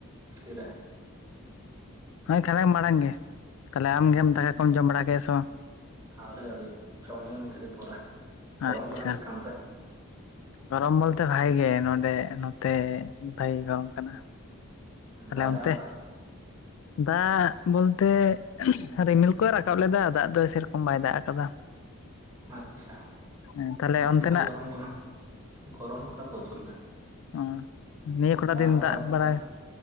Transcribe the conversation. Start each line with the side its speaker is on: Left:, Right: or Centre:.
Right: ᱛᱤᱨᱮ
Left: ᱦᱳᱭ ᱠᱷᱟᱨ ᱢᱟᱲᱟᱝ ᱜᱮ ᱛᱟᱦᱚᱞᱮ ᱟᱢᱜᱮᱢ ᱫᱟᱠᱟ ᱠᱚᱢ ᱡᱚᱢ ᱵᱟᱲᱟ ᱠᱮᱫᱮ ᱥᱮ ᱵᱟᱝ
Right: ᱟᱣᱨᱤ ᱟᱣᱨᱤ ᱡᱚᱢ ᱦᱩᱭᱩᱜ-ᱟ ᱢᱤᱫ ᱜᱷᱟᱹᱲᱤᱡ ᱯᱚᱨᱮ ᱜᱚᱨᱚᱢ
Left: ᱚ ᱟᱪᱪᱷᱟ
Right: ᱠᱟᱱᱟ ᱪᱤᱠᱤᱢ ᱛᱮ
Left: ᱜᱚᱨᱚᱢ ᱵᱚᱞᱛᱮ ᱵᱷᱟᱜ ᱜᱮ ᱱᱚᱰᱮ ᱱᱚᱛᱮ ᱵᱷᱟᱜᱮ ᱜᱚᱨᱚᱢ ᱠᱟᱱᱟ ᱛᱟᱦᱞᱮ
Right: ᱵᱟᱭ ᱫᱟᱜ
Left: ᱚᱱᱛᱮ
Right: ᱟᱠᱟᱫᱟ
Left: ᱫᱟᱜ ᱵᱚᱞᱛᱮ ᱨᱤᱢᱤᱞ ᱠᱚᱭ ᱨᱟᱠᱟᱵ ᱞᱮᱫᱟ ᱫᱟᱜ ᱫᱚ ᱥᱮᱨᱚᱠᱚᱢ ᱵᱟᱭ ᱫᱟᱜ ᱟᱠᱟᱫᱟ
Right: ᱟᱪᱪᱷᱟ
Left: ᱦᱮᱸ ᱛᱟᱦᱞᱮ
Right: ᱱᱚᱛᱮ
Left: ᱚᱱᱛᱮᱱᱟᱜ
Right: ᱦᱚᱸ ᱜᱚᱨᱚᱢ ᱠᱟᱱᱟ ᱜᱚᱨᱚᱢ ᱠᱟᱱᱟ ᱯᱨᱚᱪᱩᱨ ᱜᱮ
Left: ᱚᱸ ᱱᱤᱭᱟᱹ ᱠᱚᱴᱟ ᱫᱤᱱ
Right: ᱦᱚᱸ
Left: ᱫᱟᱜ
Right: ᱵᱟᱭ
Left: ᱵᱟᱲᱟᱭ
Right: ᱮᱫᱟ